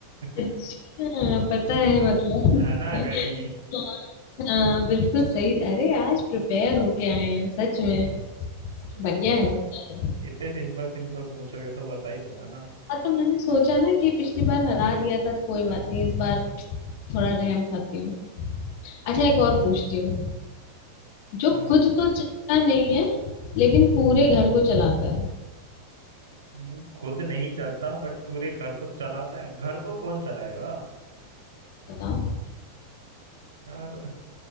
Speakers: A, on the left; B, on the right.
A: अच्छा
B: <laughs>
A: पता है मतलब
B: है ना
A: <laughs>
B: घड़ी
A: हाँ हाँ, बिल्कुल सही अरे आज प्रिपेयर होके आए हैं
B: <laughs>
A: सच में
B: अरे,
A: बढ़िया है
B: आप
A: बढ़िया है
B: इतने सिंपल सिंपल पूछोगे तो बता ही दूंगा ना
A: हाँ तो मैंने सोचा ना कि पिछली बार हरा दिया था तो कोई बात नहीं इस बार थोड़ा रहम खाती हूँ अच्छा एक और पूछती हूँ जो
B: हाँ
A: खुद
B: पूछो
A: तो चलता नहीं है लेकिन पूरे घर को चलाता है
B: हम्म, खुद नहीं चलता बट पूरे घर को चलाता है घर को कौन चलाएगा
A: बताओ
B: यार